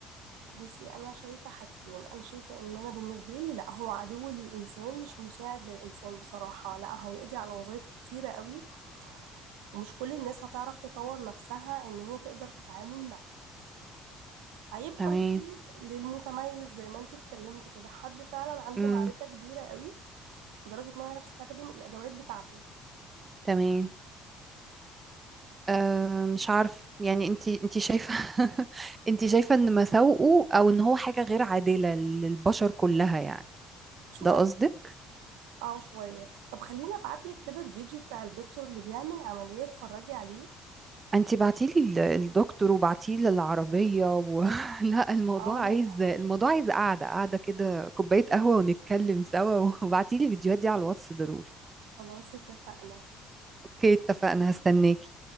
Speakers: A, on the right; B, on the right.
A: بصي انا شايفه حاجتين انا شايفه ان انا بالنسبه لي لا هو عدو للانسان مش مساعد للانسان بصراحه لا هيقضي على وظائف كتيره قوي ومش كل الناس هتعرف تطور نفسها ان هي تقدر تتعامل معاه هيبقى
B: تمام
A: مفيد للمتميز زي ما انتي اتكلمت كده حد فعلا عنده
B: امم
A: معرفة كبيرة قوي لدرجة انه يعرف يستخدم الادوات بتاعته
B: تمام أه مش عارف يعني انت انت شايفة <laughs> انت شايفة ان مساوئه او ان هو حاجة غير عادلة للبشر كلها يعني
A: شوية
B: ده قصدك
A: اه شوية طب خليني ابعتلك كده الفيديو بتاع الدكتور اللي بيعمل عملية اتفرجي عليه
B: انت بعتيلي ال- الدكتور وبعتيلي العربية و... <laughs> لا الموضوع
A: اه
B: عايز
A: لا
B: الموضوع عايز قعدة قعدة كده كوباية قهوة ونتكلم سوا <laughs> وبعتيلي الفيديوهات دي على الواتس ضروري
A: خلاص اتفقنا
B: اوكي اتفقنا هستناكي